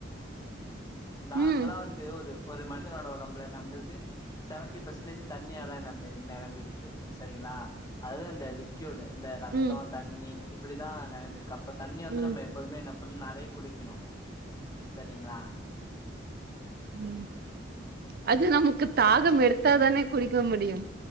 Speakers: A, on the left (about 20°); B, on the right (about 55°).
A: நார்மலா
B: ம்
A: வந்து ஒரு மனிதனோட ஒடம்புல நெம்றது செவன்டி பெர்சன்டேஜ் தண்ணியா தா நம்பி நெரம்பிட்ருக்கு சரிங்களா அதுவு அந்த லி குவிட் இந்த ரத்தோ
B: ம்
A: தண்ணி இப்டிதா நரம்பி இருக்கு அப்ப தண்ணி வந்து
B: ம்
A: நம்ப எ ப்போதுமே என்ன பண்ணு நறைய குடிக்கணு சரிங்களா
B: ம் அது நமக்கு தாகம் எடுத்தாதானே குடிக்க முடியு